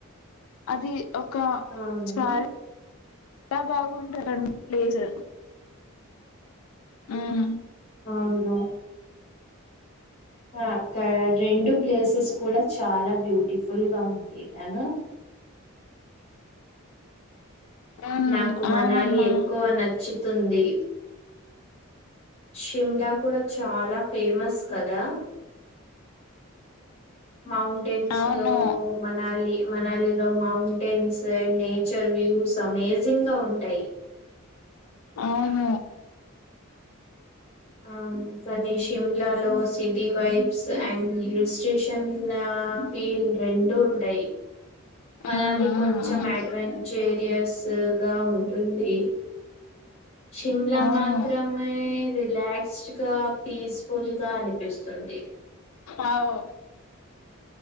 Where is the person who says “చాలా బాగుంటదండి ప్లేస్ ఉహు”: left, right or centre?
Left